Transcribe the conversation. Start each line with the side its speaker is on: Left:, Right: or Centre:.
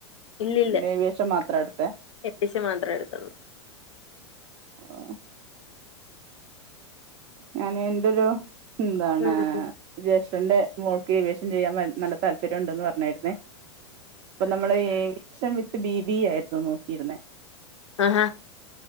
Left: ഇല്ലില്ല
Right: പിന്നെ ഏവിയേഷൻ മാത്രം എടുത്തെ
Left: എട്ടീസം മാത്രേ എട് <unintelligible>
Right: ഉം ഞാന് എൻ്റെ <unintelligible> എന്താണ്
Left: ഉം
Right: ജേഷ് ഠൻ്റെ മോൾക്ക് എവിയേഷൻ ചെയ്യാൻ നല് നല്ല താല്പര്യണ്ടന്ന് പർഞ്ഞായിര്ന്നേ അപ്പൊ നമ്മള് aviation with B B A ആയിരുന്നു നോക്കിയിര്ന്നേ.
Left: ആഹാ